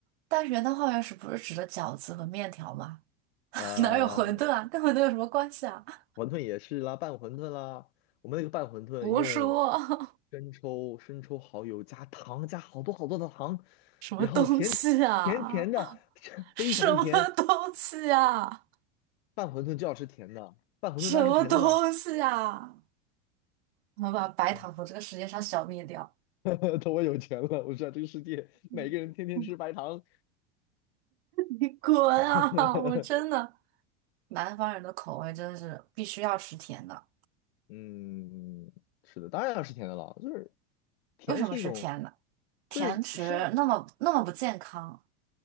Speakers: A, on the right (about 70°); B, on the left (about 70°).
A: 但是元旦化学是不是指的饺子和面条吗？<laughs>
B: 呃，
A: 哪有馄饨啊？跟馄饨有什么关系啊？<laughs>
B: 馄饨也是啦，拌馄饨啦。我们那个拌馄饨用
A: 胡说！
B: 生抽、生抽、蚝油加糖，加好多好多的糖，
A: <laughs> 什么东西啊？
B: 然后甜甜甜的，
A: <laughs>
B: <laughs> 非常甜。
A: 什么东西啊？
B: 拌馄饨就要吃甜的，拌馄饨当然是甜的啦。
A: 什么东西啊？我们把白糖从这个世界上消灭掉！
B: 啊，<laughs> 等我有钱了，我知道这个世界每个人天天吃白糖。
A: 嗯 <laughs> 你滚啊！
B: <laughs>
A: 我真的，南方人的口味真的是必须要吃甜的。
B: 嗯，是的，当然要吃甜的了，就是甜是一种，
A: 为什么吃甜的？甜食那么那么不健康，
B: 就是生